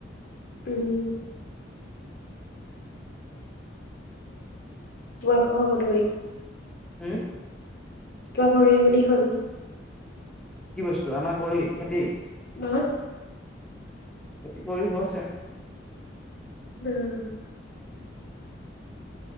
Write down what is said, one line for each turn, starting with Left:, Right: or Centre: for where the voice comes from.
Left: উম। তোমাৰ কত ঘৰ? গন্ধগুৰি।
Centre: হম।
Left: তোমাৰ কৰি মেলি হ'ল?
Centre: কি বস্তু আমাৰ কৰি খেতি?
Left: অ।
Centre: খেতি কৰি হৈছে।
Left: উম।